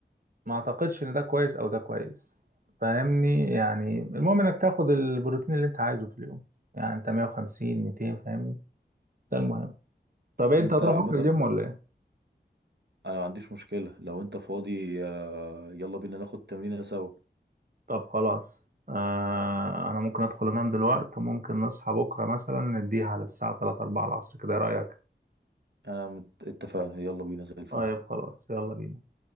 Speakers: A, on the right (about 50°); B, on the right (about 70°).
A: ما اعتقدش ان ده كويس او ده كويس فاهمني يعني المهم انك تاخد البروتين اللي انت عايزه في اليوم يعني انت 150 200 فاهمني ده المهم طب انت
B: انت
A: هتروح
B: عامه
A: بكره الجيم ولا ايه
B: انا ما عنديش مشكلة لو انت فاضي آه، يلا بينا ناخد تمرينة سوا
A: طب خلاص آه انا ممكن ادخل انام دلوقتي وممكن نصحى بكره مثلا نديها على الساعه 3 4 العصر كده إيه رايك
B: انا مت- اتفقنا يلا بينا زي الفل
A: طيب خلاص يلا بينا